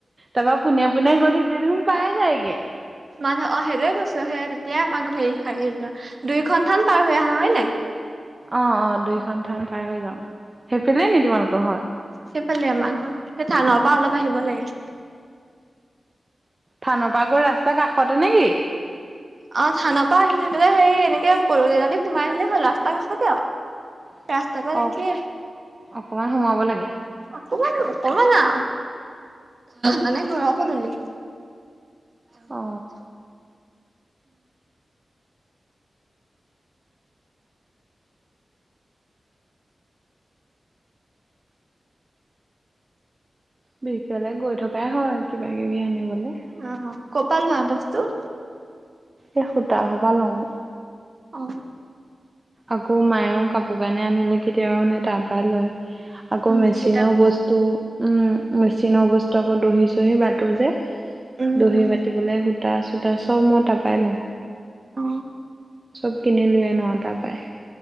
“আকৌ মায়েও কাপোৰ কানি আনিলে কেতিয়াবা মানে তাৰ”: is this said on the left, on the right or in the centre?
Right